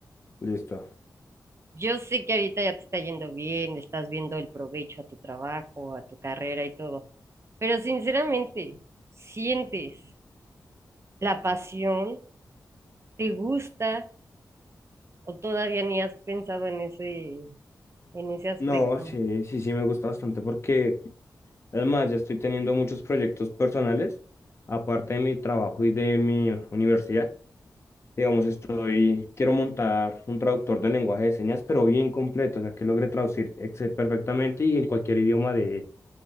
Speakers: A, on the left (about 35°); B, on the right (about 40°).
A: Listo.
B: Yo sé que ahorita ya te está yendo bien, le estás viendo el provecho a tu trabajo, a tu carrera y todo, pero sinceramente, ¿sientes la pasión? ¿Te gusta o todavía ni has pensado en ese, en ese aspecto?
A: No, sí, sí, sí, me gusta bastante porque Además, ya estoy teniendo muchos proyectos personales, aparte de mi trabajo y de mi universidad. Digamos, estoy, quiero montar un traductor de lenguaje de señas, pero bien completo, o sea, que logre traducir exe- perfectamente y en cualquier idioma de,